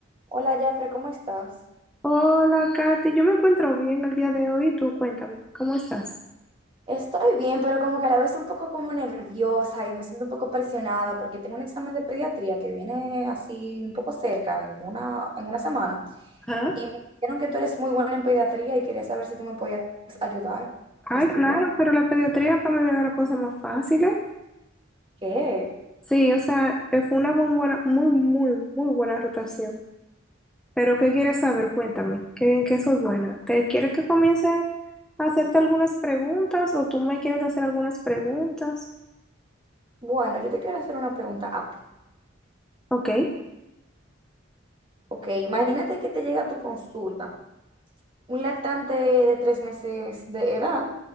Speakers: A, on the right; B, in the centre.
A: Hola, Jafre, ¿cómo estás?
B: Hola, Katy. Yo me encuentro bien el día de hoy. Tú cuéntame, ¿cómo estás?
A: Estoy bien, pero como que a la vez un poco como nerviosa y me siento un poco presionada porque tengo un examen de pediatría que viene así un poco cerca, en una, en una semana.
B: Ajá.
A: Y me dijeron que tú eres muy buena en pediatría y quería saber si tú me podías ayudar
B: Ay,
A: a estudiar.
B: claro, pero la pediatría para mí me da la cosa más fácil, ¿eh?
A: ¿Qué?
B: Sí, o sea, eh, fue una muy buena, muy, muy, muy buena rotación. Pero, ¿qué quieres saber? Cuéntame, ¿qué, en qué soy buena? ¿Te quieres que comience a hacerte algunas preguntas o tú me quieres hacer algunas preguntas?
A: Bueno, yo te quiero hacer una pregunta a ti.
B: Ok.
A: Ok, imagínate que te llega tu consulta. Un lactante de tres meses de edad,